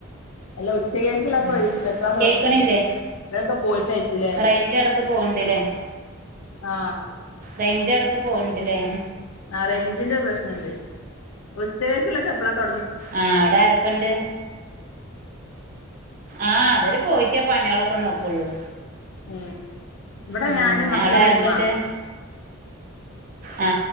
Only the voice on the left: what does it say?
അല്ല ഉച്ചകേക്കുള്ള
ഉരുങ്ങി എപ്പഴാ തുടങ്ങിയത്.
ഇവരൊക്കെ പോയിട്ടായിരിക്കൂലേ
ആ
ആ റേഞ്ചിന്റെ പ്രശ്നം ഉണ്ട്. ഉച്ചകേക്കുള്ള എപ്പളാ കഴി
ഏ ഇവിടെ
ഞാന് മക്കള്
ഇമ്മ